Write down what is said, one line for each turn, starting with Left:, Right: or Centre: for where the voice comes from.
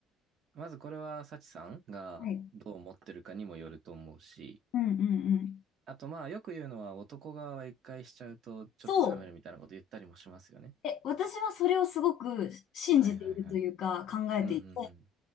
Right: まずこれは、サチさんがどう思ってるかにもよると思うし、
Left: はい。うんうんうん。
Right: あとまあ、よく言うのは男側は一回しちゃうと、ちょっと冷めるみたいなこと言ったりもしますよね。
Left: そう。え、私はそれをすごく信じているというか考えていて、
Right: はいはいはい。うんうんうん。